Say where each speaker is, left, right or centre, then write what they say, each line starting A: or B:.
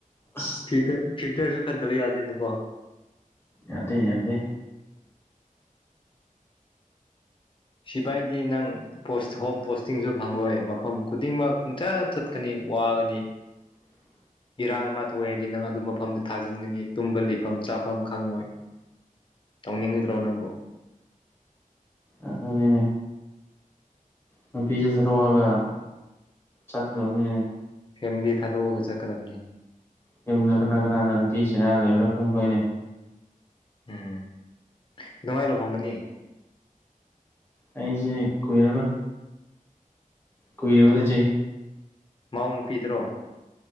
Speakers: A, on the left (about 15°); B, on the left (about 35°).
A: ꯑꯁ
B: ꯐꯤꯆꯔ ꯐꯤꯆꯔꯁꯨ ꯈꯟꯗꯕ ꯌꯗꯦꯅꯦ ꯀꯣ
A: ꯌꯗꯦ ꯌꯗꯦ
B: ꯁꯤꯐꯥꯏꯗꯤ ꯅꯪ ꯄꯣꯁ ꯍꯣꯝ ꯄꯣꯁꯇꯤꯡꯁꯨ ꯐꯪꯂꯔꯣꯏ ꯃꯐꯝ ꯈꯨꯗꯤꯡꯃꯛ ꯄꯨꯡꯆꯠ ꯆꯠꯀꯅꯤ ꯋꯥꯒꯅꯤ
A: <inaudible>
B: ꯏꯔꯥꯡ ꯑꯃ ꯊꯣꯛꯑꯦ ꯍꯥꯏꯗꯤ ꯅꯪ ꯑꯗꯨꯃꯛ ꯃꯐꯝꯗꯨ ꯊꯥꯖꯤꯟꯒꯅꯤ ꯇꯨꯝꯕ ꯂꯩꯐꯝ ꯆꯥꯐꯝ ꯈꯪꯉꯣꯏ ꯇꯧꯅꯤꯡꯒꯗ꯭ꯔꯣ ꯅꯪꯕꯨ
A: ꯑꯗꯨꯅꯦ ꯅꯨꯄꯤꯁꯨ ꯈꯠꯇꯣꯛ ꯑꯒ ꯆꯀꯗꯧꯅꯤꯅꯦ
B: ꯐꯦꯃꯤꯂꯤ ꯊꯥꯗꯣꯛꯑꯒ ꯆꯠꯀꯗꯕꯅꯤ
A: ꯌꯨꯝꯗ ꯀꯅꯥ ꯀꯅꯥꯅ ꯅꯨꯄꯤꯁꯤꯅ ꯂꯩꯕ꯭ꯔꯥ ꯈꯪꯗꯣꯏꯅꯦ
B: ꯎꯝ ꯑꯗꯨꯃꯥꯏꯅ ꯂꯨꯍꯣꯡꯒꯅꯤ
A: ꯑꯩꯁꯦ ꯀꯨꯏꯔꯔꯣꯏ ꯀꯨꯏꯕꯗ
B: ꯍꯧꯖꯤꯛ
A: ꯆꯍꯤ
B: ꯃꯥꯎ ꯅꯨꯄꯤꯗ꯭ꯔꯣ